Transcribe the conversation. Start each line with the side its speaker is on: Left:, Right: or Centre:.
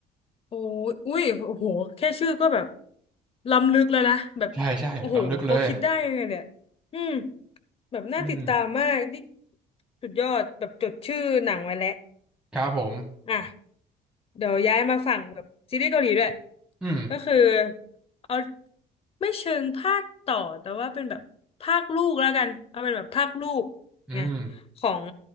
Left: โอ้ยอุ้ยโอ้โหแค่ชื่อก็แบบล้ำลึกแล้วนะ แบบโอ้โห
Centre: ใช่ใช่ล้ำลึกเลย
Left: เขาคิดได้ยังไงเนี่ยอืมแบบน่าติดตามมากนี่
Centre: อืม
Left: สุดยอดแบบจดชื่อหนังไว้แล้ว
Centre: ครับผม
Left: อ่ะเดี๋ยวย้ายมาฝั่งแบบซีรีส์เกาหลีด้วย
Centre: อืม
Left: ก็คือเอาไม่เชิงภาคต่อแต่ว่าเป็นแบบภาคลูกแล้วกัน เอาเป็นแบบภาคลูก
Centre: อืม
Left: ไงของ